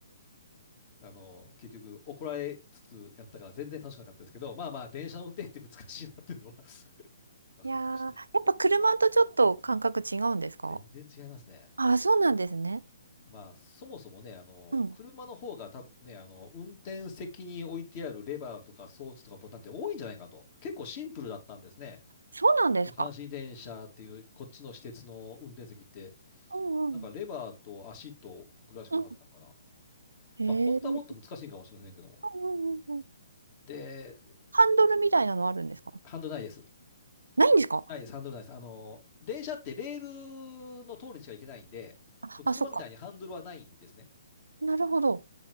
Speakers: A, on the left; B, on the right.
A: あの、結局、怒られつつやったから、全然楽しくなかったですけど、まあまあ、電車の運転って難しいなっていうのは <laughs> わかりました。
B: いやー、やっぱ車とちょっと感覚違うんですか
A: 全然違いますね。
B: あ、そうなんですね。
A: まあ、そもそもね、あの、
B: うん
A: 車の方が多分ね、あの、運転席に置いてあるレバーとか装置とかボタンって多いんじゃないかと。結構シンプルだったんですね。
B: そうなんですか。
A: その阪神電車っていう、こっちの私鉄の運転席って、
B: うんうん。
A: なんかレバーと足とぐらいしかなかったのかな。
B: うん。
A: まあ、
B: へえ。
A: 本当はもっと難しいかもしれませんけども。
B: うんうんうんうん。
A: で、
B: ハンドルみたいなのあるんですか
A: ハンドルないです。
B: ないんですか
A: ないです、ハンドルないです。あの、電車ってレールの通りにしか行けないんで、
B: あ、
A: そう、車みたいにハンドルはないんですね。
B: あ、そっか。なるほど。